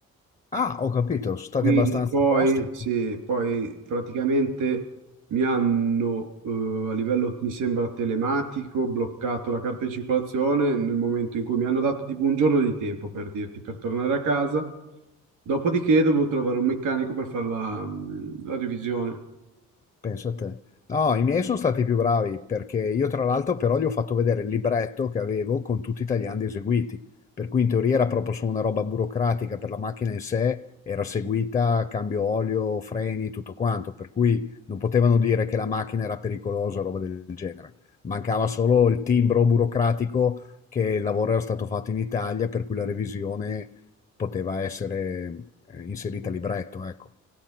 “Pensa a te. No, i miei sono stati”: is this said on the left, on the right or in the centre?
Left